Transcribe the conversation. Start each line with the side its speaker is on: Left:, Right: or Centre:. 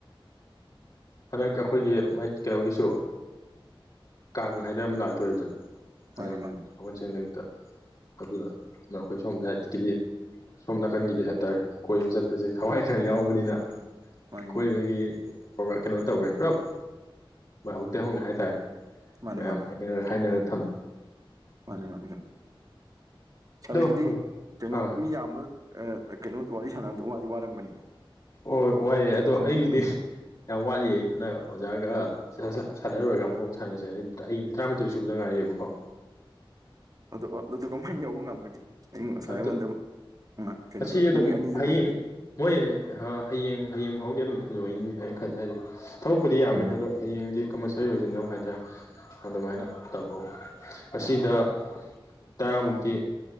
Left: ꯍꯟꯗꯛ ꯑꯩꯈꯣꯏꯒꯤ ꯀꯩꯅꯣꯒꯤꯁꯨ ꯀꯥꯡ ꯍꯥꯏꯗꯅ ꯑꯃ ꯂꯥꯛꯇꯣꯔꯤꯗꯅ
Right: ꯃꯥꯅꯤ
Left: ꯅ
Right: ꯃꯥꯅꯤ
Left: ꯊꯒꯟꯁ ꯅꯨꯃꯤꯠꯇ <inaudible> ꯑꯗꯨꯅ ꯅꯈꯣꯏ ꯁꯣꯝ ꯁꯥꯏꯠꯀꯤꯗꯤ ꯁꯣꯝ ꯅꯥꯀꯟꯒꯤꯗꯤ ꯍꯥꯏꯇꯥꯔꯦ ꯀꯣꯏꯕ ꯆꯠꯄꯁꯦ ꯊꯋꯥꯏ ꯈꯔ ꯌꯥꯎꯕꯅꯤꯅ
Right: ꯃꯥꯅꯤ
Left: ꯀꯣꯏꯕꯒꯤ
Right: ꯃꯥꯅꯤ
Left: ꯀꯩꯅꯣ ꯇꯧꯈ꯭ꯔꯦ ꯄꯨꯂꯞ ꯍꯧꯖꯤꯛꯇꯒꯤ ꯍꯧꯅ ꯍꯥꯏꯇꯥꯔꯦ
Right: ꯃꯥꯅꯦ
Left: ꯃꯌꯥꯝ
Right: ꯃꯥꯅꯦ
Left: ꯍꯥꯏꯅꯔ ꯍꯥꯏꯅꯔ ꯊꯝꯃꯦ
Right: ꯃꯥꯅꯦ ꯃꯥꯅꯦ ꯑꯗꯨꯗꯒꯤꯗꯤ
Left: ꯑꯗꯣ
Right: ꯀꯩꯅꯣ
Left: ꯑꯥ
Right: ꯃꯤ ꯌꯥꯝꯕ ꯀꯩꯅꯣꯗꯣ ꯋꯥꯔꯤ ꯁꯥꯟꯅꯕꯗꯣ ꯋꯥꯗꯤ ꯋꯥꯔꯝꯒꯅꯤ
Left: ꯑꯣ ꯍꯣꯢꯑꯦ ꯑꯗꯣ
Right: ꯈꯪꯅꯕꯅꯦ
Left: ꯑꯩꯒꯤꯗꯤ ꯌꯥꯝ ꯋꯥꯠꯂꯤꯌꯦ ꯍꯟꯗ ꯑꯣꯖꯥꯒ ꯁꯥꯟꯅ ꯂꯣꯏꯔꯒ ꯑꯃꯨꯛꯀ ꯑꯃꯨꯛ ꯁꯥꯟꯅꯁꯦ ꯑꯩꯗꯤ ꯇꯔꯥꯃꯥꯊꯣꯏ ꯁꯨꯕꯗ ꯉꯥꯏꯔꯤꯕꯀꯣ
Right: ꯑꯗꯨ ꯑꯗꯨ ꯀꯃꯥꯏꯅ ꯌꯧꯕ ꯉꯝꯒꯅꯤ ꯑꯩ ꯉꯁꯥꯏ
Left: ꯑꯗꯣ
Right: ꯑꯩꯉꯣꯟꯗ꯫ ꯑꯥ ꯀꯩꯅꯣ
Left: ꯑꯁꯤ
Right: ꯇꯧꯔꯦ
Left: ꯑꯗꯨꯝ
Right: ꯃꯤ ꯑꯅꯤꯗ
Left: ꯍꯌꯦꯡ
Right: ꯑꯣꯏꯔꯗꯤ
Left: ꯃꯣꯏ ꯍꯌꯦꯡ ꯍꯌꯦꯡ ꯐꯥꯎꯗꯤ ꯑꯗꯨꯝ ꯂꯣꯏꯅꯤ ꯍꯥꯏ ꯈꯜꯂꯤ ꯍꯥꯏꯗꯤ ꯊꯕꯛꯄꯨꯗꯤ ꯌꯥꯝꯃꯦ
Right: ꯎꯝ
Left: ꯑꯗꯣ ꯍꯌꯦꯡꯗꯤ ꯀꯥꯝ <inaudible> ꯍꯥꯏꯇꯥꯔꯦ ꯑꯗꯨꯃꯥꯏꯅ ꯇꯧꯋꯕ ꯑꯁꯤꯗ꯫ ꯇꯔꯥꯃꯨꯛꯗꯤ